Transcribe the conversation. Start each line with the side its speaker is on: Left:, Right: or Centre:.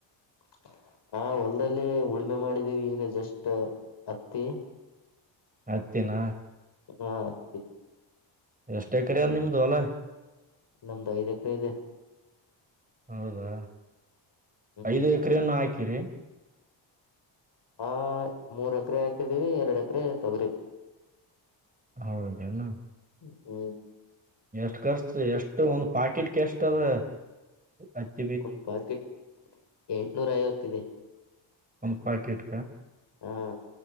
Left: ಹ
Right: ಹತ್ತಿನ
Left: ಹ್ಮ
Right: ಎಷ್ಟ ಎಕ್ರೆ ಆದ ನಿಮ್ಮ ಹೊಲ
Left: ನಮ್ದು ಐದ ಎಕರೆ ಇದೆ
Right: ಹೌದಾ
Left: ಹ್ಮ್
Right: ಐದು ಎಕ್ರೆಯನ್ನು ಹಾಕಿರಿ
Left: ಆ ಮೂರ್ ಎಕರೆ ಹಾಕಿದೀವಿ ಎರಡ್ ಎಕರೆ ತೊಗ್ರಿ
Right: ಹೌದೇನು
Left: ಹ್ಮ
Right: ಎಷ್ಟು ಕರ್ಸ್ತ ಎಷ್ಟು ಒಂದು್ ಪಾಕಿಟ್ ಎಷ್ಟ ಅದ ಅತ್ತ
Left: ಒಂದು ಪಾಕೆಟ್ ಎಂಟ್ನೂರ ಐವತ್ತ ಇದೆ
Right: ಒಂದು ಪಾಕೆಟ್
Left: ಹಾ